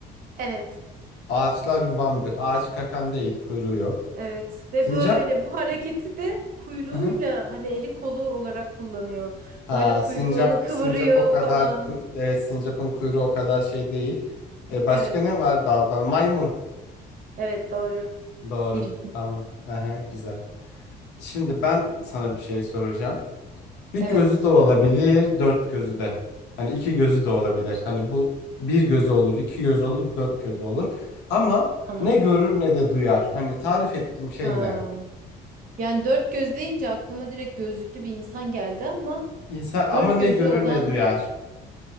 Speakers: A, on the right (about 55°); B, on the left (about 85°).
A: Evet,
B: Ağaçlar yuvamdır. Ağaç kakan değil. Kuyruğu yok.
A: evet ve
B: Sincap?
A: böyle bu hareketi de kuyruğuyla
B: Hı hı.
A: hani eli kolu olarak kullanıyor.
B: Ha,
A: Böyle kuyruğunu
B: sincap
A: kıvırıyor
B: sincap o kadar
A: falan.
B: ku- e, sincapın kuyruğu o kadar şey değil. E,
A: Evet,
B: başka ne var daldan? Maymun.
A: evet doğru.
B: Doğru.
A: Bildin.
B: Tamam. Aha, güzel. Şimdi ben sana bir şey soracağım. Bir
A: Evet,
B: gözü de olabilir, dört gözü de. Hani iki gözü de olabilir. Hani bu bir gözü olur, iki göz olur, dört gözü olur. Ama
A: tamam.
B: ne görür ne de duyar. Hani tarif ettiğim şey
A: Ha.
B: ne?
A: Yani dört göz deyince aklıma direkt gözlüklü bir insan geldi ama
B: İnsan ama
A: dört
B: ne
A: gözü
B: görür
A: olan
B: ne duyar.